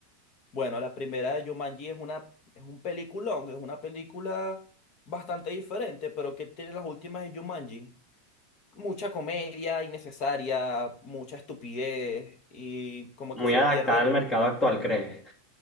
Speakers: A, on the left; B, on the left.
A: Bueno, la primera de Jumanji es una, es un peliculón, es una película bastante diferente, pero que tiene las últimas de Jumanji. Mucha comedia innecesaria, mucha estupidez y como
B: muy
A: que se
B: adaptada
A: pierde el...
B: al mercado actual, ¿crees?